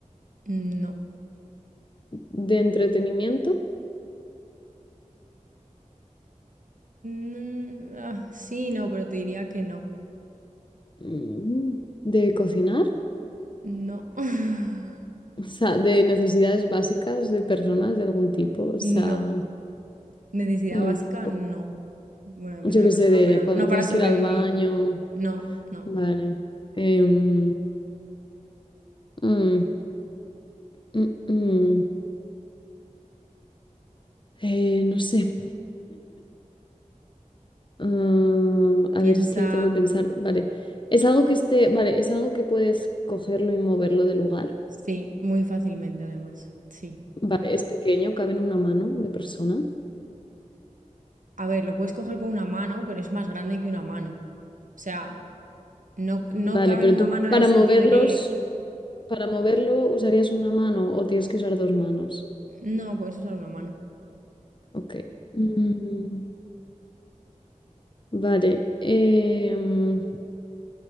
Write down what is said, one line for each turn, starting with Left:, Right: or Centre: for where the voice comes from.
Right: no.
Left: de entretenimiento,
Right: <laughs> Sí, no, pero te diría que no.
Left: mm, de cocinar,
Right: No. <laughs>
Left: o sea, de necesidades básicas de personas de algún tipo, o sea,
Right: No. Necesidad
Left: mm,
Right: básica,
Left: o-
Right: no. Bueno, depende
Left: yo
Right: de
Left: qué
Right: la persona,
Left: sé, de
Right: pero
Left: cuando
Right: no
Left: tienes
Right: para sobrevivir.
Left: que ir al baño,
Right: No, no.
Left: vale. em, mm, mm, mm, eh, no sé. ah, a
Right: Piensa
Left: ver, es que tengo que pensar, vale. Es algo que esté, vale, es algo que puedes cogerlo y moverlo de lugar.
Right: Sí, muy fácilmente además. Sí.
Left: Vale, es pequeño, cabe en una mano de persona.
Right: A ver, lo puedes coger con una mano, pero es más grande que una mano. O sea, no, no
Left: Vale,
Right: cabe
Left: pero
Right: en una
Left: tú
Right: mano
Left: para
Right: en el sentido
Left: moverlos
Right: de que
Left: Para moverlo, ¿usarías una mano o tienes que usar dos manos?
Right: no puedes usar una mano.
Left: Ok. Mm, vale. em,